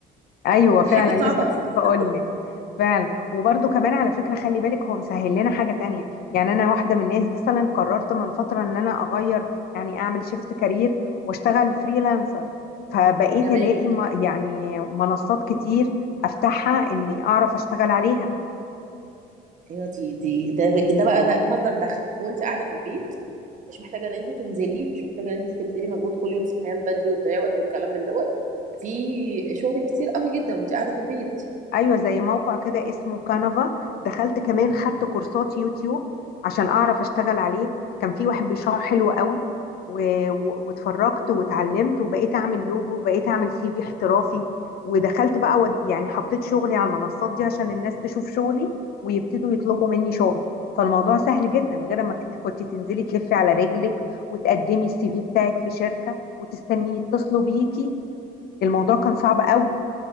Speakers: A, on the left (about 65°); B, on the right (about 45°).
A: ايوه فعلا
B: الحاجة كانت صعبة
A: لسه كنت
B: <laughs>
A: هقول لك فعلا وبرده كمان على فكره خلي بالك هو مسهل لنا حاجه تانية يعني انا واحده من الناس مثلا قررت من فتره ان انا اغير يعني اعمل شيفت كارير واشتغل فريلانسر فبقيت
B: تمام
A: الاقي م- يعني منصات كتير افتحها اني اعرف اشتغل عليها
B: ايوه دي دي ده ده بقى بقى مصدر دخل وانت قاعدة في البيت مش محتاجة ان انت تنزلي مش محتاجة ان انت تبذلي مجهود كل يوم صحيان بدري وتضيعي وقت والكلام من دوت في شغل كتير قوي جدا وانت قاعدة في البيت
A: ايوه زي موقع كده اسمه كانفا دخلت كمان خدت كورسات يوتيوب عشان اعرف اشتغل عليه كان في واحد بيشرحه حلو قوي و... و... واتفرجت واتعلمت وبقيت اعمل لوجو وبقيت اعمل سي في احترافي ودخلت بقى ود... يعني حطيت شغلي على المنصات دي عشان الناس تشوف شغلي ويبتدوا يطلبوا مني شغل فالموضوع سهل جدا غير ما كت- كنت تنزلي تلفي على رجلك وتقدمي السي في بتاعك في شركة وتستني يتصلوا بيكي الموضوع كان صعب قوي